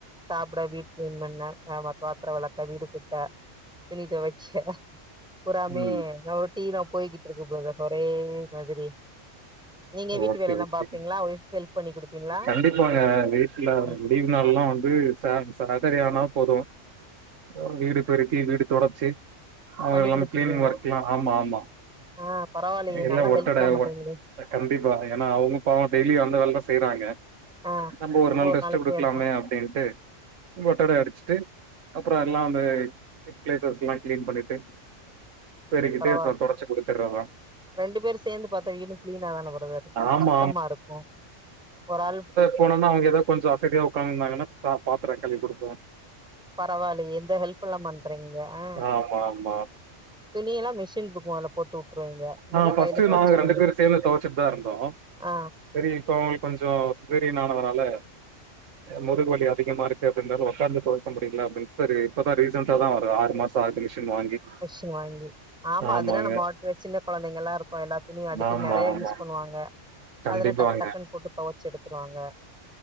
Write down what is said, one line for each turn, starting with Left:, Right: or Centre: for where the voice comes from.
Centre: சாப்பிட வீட் கிளீன் பண்ண ஆ வ பாத்திர வெளக்க வீடு கூட்ட துணி துவச்ச பூராமே
Right: ம்.
Centre: ரொ ட்டீனா போய்கிட்டு இருக்கு ப்ரதர் ஒரே மாதிரி நீங்க வீட்டு
Right: ஓகே,
Centre: வேலை எல்லா
Right: ஓகே.
Centre: பாப்பீங்களா வொஃப்க்கு ஹெல்ப் பண்ணி குடுப்பீங்களா
Right: கண்டிப்பாங்க. வீட்ல
Centre: ம்
Right: லீவ் நாள் எல்லா வந்து ச சடர்டே ஆனா போது அ வீடு பெருக்கி வீடு தொடச்சு அவங்க
Centre: பண்ணி
Right: எல்லா
Centre: குடுத்துருவீங்க
Right: கிளீனிங் ஒர்க எல்லா ஆமா ஆமா
Centre: ஆ பரவாயில்லயே
Right: எல்லா
Centre: நல்லா
Right: ஒட்டட
Centre: ஹெல்ப்லா பண்றீங்களே
Right: ஒ கண்டிப்பா ஏன்னா அவங்க பாவோ டெய்லியு அந்த வேலைதா செய்றாங்க
Centre: ஆ
Right: நம்ம
Centre: நீங்க
Right: ஒரு நாள் ரெஸ்ட்
Centre: நாளைக்கு
Right: குடுக்கலாமே
Centre: ஹெல்ப் பண்
Right: அப்டின்ட்டு ஒட்டடை அடிச்சுட்டு அப்புறோ எல்லா வந்து பிளேசஸ் எல்லா கிளீன் பண்ணிட்டு பெருக்கிட்டு
Centre: பரவால்ல
Right: அப்றோ தொடச்சி குடுத்துறதா
Centre: ரெண்டு பேரு சேந்து பாத்த வீடு கிளீனா தான ப்ரதர் இருக்கு
Right: ஆமா
Centre: சுத்தமா இருக்கு ஒரு ஆள்
Right: போனோன்ணு அவங்க ஏதோ கொஞ்சோ அசதியா உக்காந்திருந்தாங்கன்னா பாத்ரோ கழுவி குடுப்போ
Centre: பரவாயில்லயே இந்த ஹெல்ப்லா பண்றீங்க ஆ
Right: ஆமா ஆமா
Centre: துணிய எல்லா மிஷின்ன மொதல போட்டு வுட்டுருவீங்க
Right: ஆ
Centre: இல்ல
Right: பர்ஸ்ட்
Centre: கையில தொவச்சிருவீங்க
Right: நாங்க ரெண்டு பேரு சேந்து தொவச்சிட்டுதா இருந்தோ
Centre: ஆ
Right: சரி இப்ப கொஞ்சோ சிஸேரியன் ஆனதுனால முதுகு வலி அதிகமாருக்கு அப்டின்னால உக்காந்து தொவைக்க முடியல அப்டின்னு செரி இப்பதா ரீசன்ண்டா தா ஒரு ஆறு மாச வாசிங்மிஷின் வாங்கி
Centre: மிஷின் வாங்கி ஆமா
Right: ஆமாங்க
Centre: அதுன நம்மவாட்டு சின்ன கொழந்தைங்க எல்லா இருக்கு எல்லா துணி அடிக்கடி
Right: ஆமா
Centre: நெறைய
Right: ஆமா
Centre: யூஸ் பண்ணுவாங்க
Right: கண்டிப்பாங்க
Centre: அதெல்லா டக்கு டக்குன்னு போட்டு தொவைச்சு எடுத்துடுவாங்க